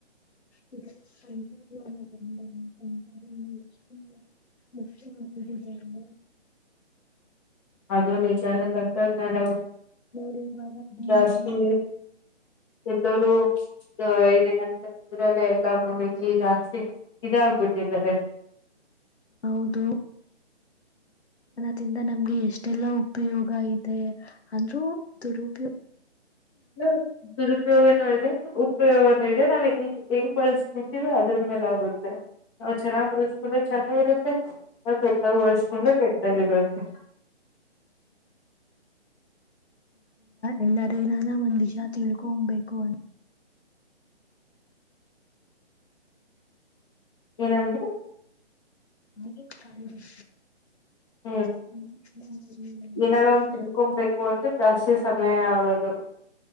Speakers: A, on the left; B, on the left.
A: <unintelligible> <unintelligible>
B: ಅದು ವಿಚಾರಣೆ ತಂತ್ರಜ್ಞಾನ
A: ನೋಡಿ ಇವಾಗ ಒಂದೊಂದು
B: ಜಾಸ್ತಿ ಎಲ್ಲರೂ ಇದಿಲ್ಲ ಅಂತ ಇದ್ರಲ್ಲ ಲಾಮುಣಿಜಿ ಜಾಸ್ತಿ ಇದಾಗಬಿಟ್ಟಿದ್ದಾರೆ
A: ಹೌದು ಅದಿಂದ ನಮ್ಗೆ ಎಷ್ಟೆಲ್ಲಾ ಉಪಯೋಗ ಇದೆ ಅಂದ್ರೂ ದುರುಪಯೋ
B: ಹೂ ದುರುಪಯೋಗ ನೋಯಿದೆ ಉಪಯೋಗ ನಾವು ಹೆಂಗ್ ಬಳಸ್ತಿವಿ ಅದ್ರ ಮೇಲೆ ಆಗುತ್ತೆ ನಾವು ಚೆನ್ನಾಗ್ ಬಳಸ್ಕೊಂಡ್ರೆ ಚೆನ್ನರುತ್ತೆ ಕೆಟದಾಡಿ ಕೆಯದಾಗಿರುತೆ
A: ಎಲ್ಲರಿಂದ ಒಂದ್ ವಿಷ ತಿಳ್ಕೊಂಡಬೇಕು
B: ಏನಂದ್ರಿ
A: ಆಗಿನ ಕಾಲದಲ್ಲಿ
B: ಹ್ಮ್
A: ತಂತ್ರ ಜ್ಞಾನ ಯಿರಲಿಲ್ಲ
B: ಏನಾರು ಒಂದ್ ತಿಳ್ಕೊಬೇಕು ಅಂದ್ರೆ ಜಾಸ್ತಿ ಸಮಯ ಆಗದು